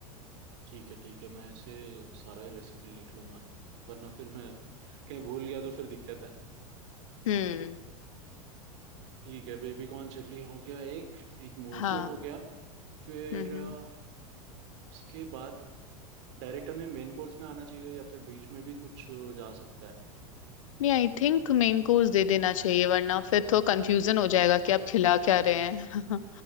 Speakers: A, on the right; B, on the left.
A: ठीक है ठीक है मैं इसे सारा रेसिपी लिख लूंगा वरना फिर मैं कहीं भूल गया तो फिर दिक्कत है
B: हम्म
A: ठीक है बेबी कॉर्न चिल्ली हो गया एक एक मोहितो
B: हाँ
A: हो गया फिर
B: हम्म
A: अ,
B: हम्म
A: उसके बाद डायरेक्ट हमें मेन कोर्स में आना चाहिए या फिर बीच में भी कुछ अ, जा सकता है
B: नहीं आई थिंक मेन कोर्स दे देना चाहिए वरना फिर तो कंफ्यूजन हो जाएगा कि आप खिला क्या रहे हैं